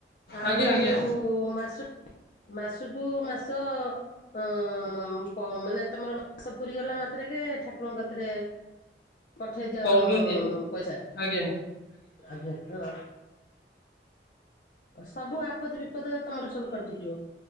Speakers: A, on the left (about 50°); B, on the left (about 65°).
A: ଆଉ
B: ଆଜ୍ଞା ଆଜ୍ଞା
A: ମାସ ମାସକୁ ମାସ ହଁ ମାନେ ତମର ମାସ ପୁରୀ ଗଲା ମାତ୍ରେକେ ଠାକୁରଙ୍କ କତିରେ ପଠେଇଦିଅ
B: ଅର୍ଘ୍ୟ
A: ତମ
B: ଦିଆ ହୁଏ।
A: ପଇସା।
B: ଆଜ୍ଞା
A: ଆଜ୍ଞା ହଁ। ସବୁ ଆପଦ ବିପଦ ତମର ସବୁ କଟିଯିବ